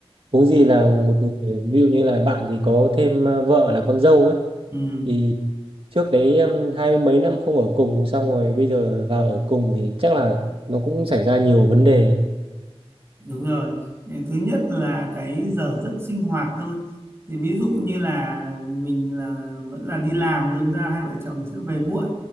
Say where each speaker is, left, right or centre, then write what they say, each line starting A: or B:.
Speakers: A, on the right; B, on the right.
A: huống gì là một người ví dụ như là bạn thì có thêm ờ, vợ là con dâu ấy
B: Ừ.
A: thì trước đấy ừm, hai mươi mấy năm không ở cùng xong rồi bây giờ vào ở cùng thì chắc là nó cũng xảy ra nhiều vấn đề
B: Đúng rồi. Thứ nhất là cái giờ giấc sinh hoạt thôi. Thì ví dụ như là mình là vẫn là đi làm đâm ra hai vợ chồng sẽ về muộn.